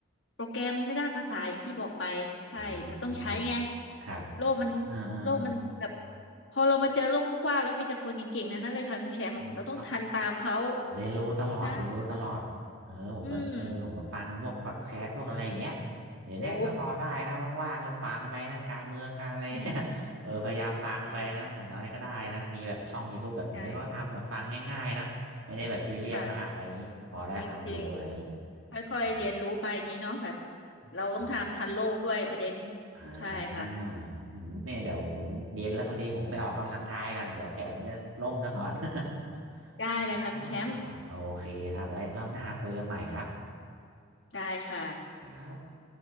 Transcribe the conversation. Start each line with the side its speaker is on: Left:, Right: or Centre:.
Left: โปรแกรมในด้านภาษาอย่างที่บอกไปใช่มันต้องใช้ไง
Right: อ่าครับ
Left: โลกมัน
Right: อ่าอ่าอ
Left: โลกมันแบบพอเรามาเจอโลกกว้างๆแล้วมีแต่คนเก่งๆนั้นนั่นเลยค่ะคุณแชมป์เราต้องทันตามเขา
Right: ่า เรียนรู้ตลอดเรียนรู้ตลอดเออผมก็เออผมก็ฟังพวกพอดแคสต์พวกอะไรอย่างเงี้ย
Left: ใช่อืม
Right: เดี๋ยวเนี้ยก็พอได้นะว่างๆก็ฟังไปนะการเมืองการอะไร
Left: โอ้
Right: <laughs>
Left: อืมอืม
Right: เนี่ยเออพยายามฟังไปนะหน้อยก็ได้นะมีแบบช่อง
Left: จริง
Right: YouTube แบบนี้ก็ทำแบบฟังง่ายๆนะไม่ได้แบบซีเรียสมากอะไรอย่างนี้แต่พอได้ความรู้อะไรอย่างนี้
Left: ใช่ค่ะ จริงจริงค่อยๆเรียนรู้ไปอย่างนี้เนาะแบบ
Right: อืม
Left: เราต้องทำทันโลกด้วยประเด็น
Right: ครับอ่
Left: ใช่ค่ะ
Right: าอืมเนี่ยเดี๋ยวผมเย็นแล้วพอดีผมไปออกกำลังกายกันเดี๋ยวแผนจะล่มซะก่อน <laughs>
Left: ได้เลยค่ะคุณแชมป์
Right: อ๋อโอเคครับไว้รอบหน้าคุยกันใหม่ครับ
Left: ได้ค่ะ
Right: ครับ